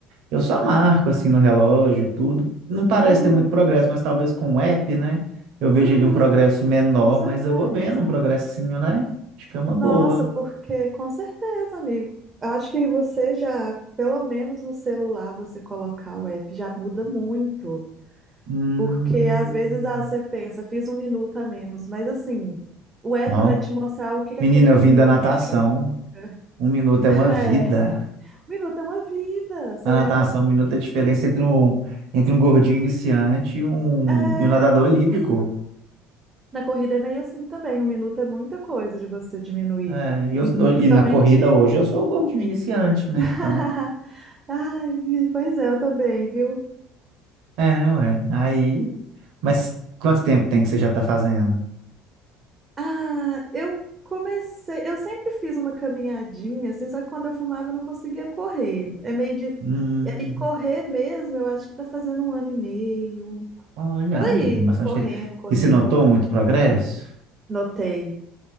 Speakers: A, on the right; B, on the right.
A: eu só marco assim no relógio e tudo. Não parece
B: Uhum.
A: ter muito progresso, mas talvez com o app, né? Eu vejo
B: Uhum.
A: ali um progresso menor,
B: Com certeza.
A: mas eu vou vendo um progressinho, né? Acho que é uma
B: Nossa,
A: boa.
B: porque com certeza, amigo. Acho que você já, pelo menos no celular, você colocar o app já muda muito.
A: Hum...
B: Porque às vezes ah, você pensa, fiz um minuto a menos, mas assim, o app
A: Não.
B: vai te mostrar o que que
A: Menina,
B: aquele um
A: eu
B: minuto
A: vim da natação.
B: significa. <laughs>
A: Um minuto é
B: É,
A: uma vida.
B: um minuto é uma vida, você
A: Na
B: leva.
A: natação, um minuto é a diferença entre um, entre um gordinho iniciante e um,
B: É,
A: e um nadador
B: uhum.
A: olímpico.
B: Na corrida é meio assim também, um minuto é muita coisa de você diminuir.
A: É, e eu,
B: E, principalmente.
A: e na corrida hoje eu sou o gordinho iniciante, né?
B: <laughs>
A: Então,
B: Ai, pois é, eu também, viu?
A: é, ué. Aí, mas quanto tempo tem que você já está fazendo?
B: Ah, eu comecei. Eu sempre fiz uma caminhadinha, assim, só que quando eu fumava eu não conseguia correr. É meio de.
A: Hum,
B: E aí, correr mesmo, eu acho que tá fazendo um ano e meio.
A: olha,
B: Por
A: ah,
B: aí,
A: já tem bastante
B: correndo,
A: tempo.
B: correndo.
A: E você notou muito progresso?
B: Notei.